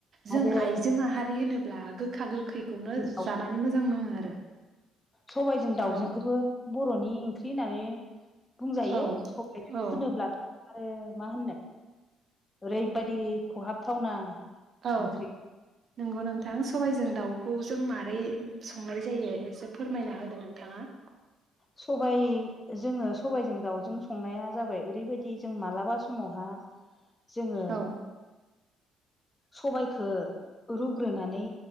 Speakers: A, on the right; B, on the left.
A: जों
B: आरो
A: आइजो माहारि होनोब्ला गो खा गोखैखौनो
B: दाउ
A: जानानै मोजां नाङो आरो
B: सबायजों दाउजोंखोबो
A: औ
B: बरनि ओंख्रि होननानै बुंजायो
A: औ
B: सबाइ <unintelligible>
A: औ
B: ब्लाथ आरो मा होननो ओरैबायादि खहाबथावना
A: औ
B: ओंख्रि
A: नोंगौ नोंथां सबाइजों दाउखौ जों मारै संनाय जायो ए एसे फोरमायना होदो नोंथाङा
B: सबायाइ जोङो सबायजों दाउजों संनाया जाबाय ओरैबायदि जों मालाबा समावहा जोङो
A: औ
B: सबायखो रुग्रोनानै